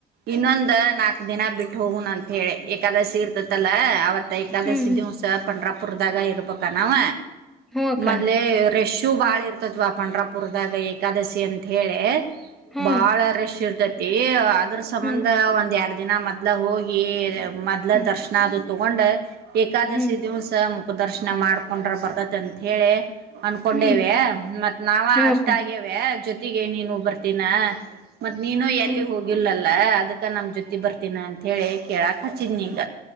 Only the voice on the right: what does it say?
ಇನ್ನೊಂದ ನಾಕ್ ದಿನ ಬಿಟ್ಟ ಹೋಗಣ ಅಂತ ಹೇಳಿ ಏಕಾದ್ರ ಸ ಇರ್ತತಲ್ಲ ಅವತ್ತು ಏಕಾದಸಿ
ದಿವ್ಸ ಪಂಡಾಪುರ ಪರದಾಗ ಇರ್ಬೇಕ ನಾವ
ಮದಲಲೆ ರಷ್ಮ ಚುಾಳಿರ್ <unintelligible> ತತ್ವಾ ಪಂಡ್ರಾಪುರದಾಗ ಏಕಾದಶಿ ಅಂತ ಹೇಳಿ
ಬಾಳ ರಶ್ ಇರ್ತೈತಿ <unintelligible> ಅದ್ರ ಸಂಬಂಧ
ಒಂದು ಎರಡು ದಿನ ಮತ್ಲ ಹೋಗಿ ಮೊದ್ಲ
ದರ್ಶನ ಅದು ತೊಗೊಂಡೆ ಎಾಾದಶಿ
ದಿವಸ ದರ್ಶನ ಮಾಡ್ಕೊಂಡ್ರ ಬರ್ತೈತಿ ಅಂತ ಹೇಳಿ ಅನ್ಕೊಂಡೇವೆ.
ಮತ್ ನಾವ
ಅಷ್ಟ
ಆಗೇವೆ ಜೊತೆಗೆ ನೀನು ಬರ್ತೀನ ಮತ್ ನೀನು
ಎಲ್ಲಿ ಹೋಗಿಲ್ಲಲ್ಲ ಲ್ಲ ಅದಕ್ಕ ನಮ್ ಜೊತಿ ಬರ್ತೀನ ಅಂತ ಹೇಳಿ ಕೇಳಕ್ ಹಚ್ಚಿದ್ನಿಂಗ